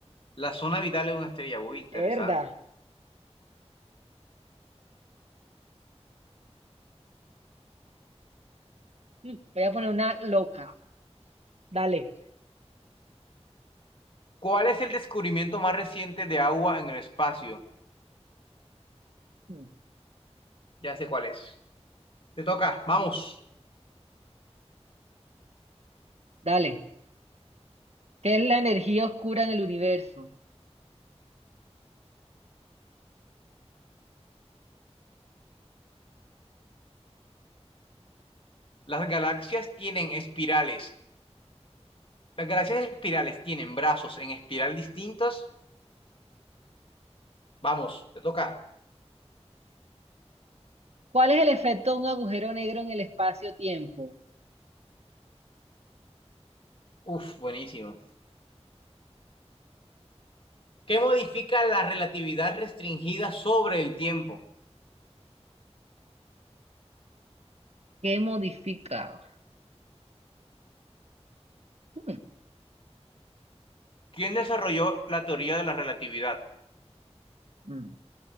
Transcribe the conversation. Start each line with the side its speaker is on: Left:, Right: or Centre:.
Left: La zona vital de una estrella, uy, interesante.
Right: Verdad. Mm, Voy a poner una loca. Dale.
Left: ¿Cuál es el descubrimiento más reciente de agua en el espacio?
Right: Mm,
Left: Ya sé cuál es. Te toca, vamos.
Right: Dale. ¿Qué es la energía oscura en el universo?
Left: Las galaxias tienen espirales. Las galaxias espirales tienen brazos en espiral distintos. Vamos, te toca.
Right: ¿Cuál es el efecto de un agujero negro en el espacio-tiempo?
Left: Uf, buenísimo. ¿Qué modifica la relatividad restringida sobre el tiempo?
Right: ¿Qué modifica? Hmm,
Left: ¿Quién desarrolló la teoría de la relatividad?
Right: hmm.